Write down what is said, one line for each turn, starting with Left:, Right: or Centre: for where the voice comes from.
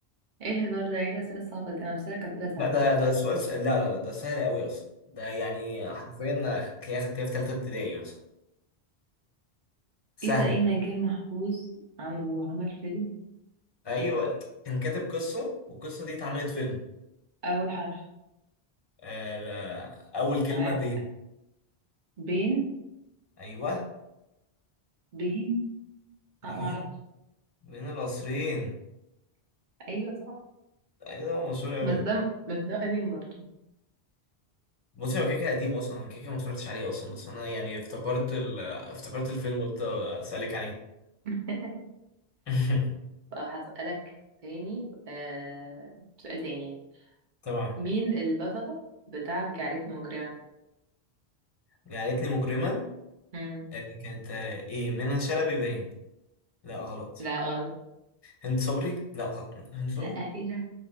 Right: ايه الهزار ده ايه الاسئلة الصعبة دي انا بسألك اسئلة سهلة
Left: لا ده ده سؤال س... لا لا لا ده سهل قوي اصلا ده يعني حرفيا هتلاقيها خدتيها في تالتة ابتدائي مثلا سهلة
Right: ايه ده ايه نجيب محفوظ عم... وعمل فيلم
Left: ايوه كان كاتب قصه والقصه دي اتعملت فيلم
Right: اول حرف
Left: آه، آه، اول كلمه
Right: ع-
Left: بين
Right: بين
Left: ايوه
Right: بين
Left: بين
Right: لا معرفش
Left: بين القصرين
Right: ايوه صح
Left: ايوه ده مشهور قوي
Right: بس ده بس ده قديم برضه
Left: بصي هو كيكه قديم اصلا أنا كيكه ما اتفرجتش عليه اصلا بس انا يعني افتكرت ال... افتكرت الفيلم قلت اسالك عليه
Right: <laughs>
Left: <laughs>
Right: فهسألك تاني آه... سؤال تاني يعني
Left: طبعا
Right: مين البطلة بتاعت جعلتني مجرما؟
Left: جعلتني مجرما
Right: مم.
Left: آه، كانت آه، ايه منى شلبي باين لا غلط
Right: لا غلط
Left: هند صبري لا غلط. هند
Right: لا
Left: صبري
Right: ايه ده